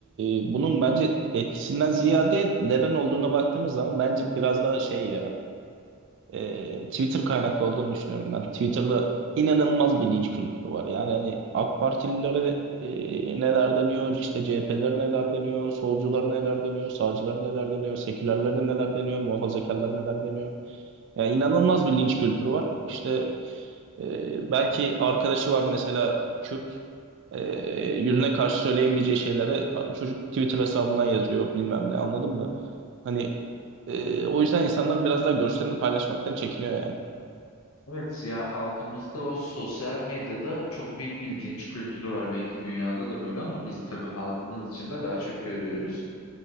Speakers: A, on the right (about 60°); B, on the left (about 75°).
A: e, bunun bence etkisinden ziyade neden olduğuna baktığımız zaman bence biraz daha şey ya e, Twitter kaynaklı olduğunu düşünüyorum ben. Twitter'da inanılmaz bir linç kültürü var. Yani hani AK Partililere e, neler deniyor, işte CHP'lere neler deniyor, solculara neler deniyor, sağcılara neler deniyor, sekülerlere neler deniyor, muhafazakarlara neler deniyor. Yani inanılmaz bir linç kültürü var. İşte e, belki arkadaşı var mesela Kürt. E, yüzüne karşı söyleyemeyeceği şeyleri a- çocuk Twitter hesabından yazıyor bilmem ne anladın mı? Hani e, o yüzden insanlar biraz daha görüşlerini paylaşmaktan çekiniyor yani.
B: Evet ya halkımızda o sosyal medyada çok büyük bir linç kültürü var. Belki dünyada da böyle ama biz tabii halkımız içinde daha çok görüyoruz.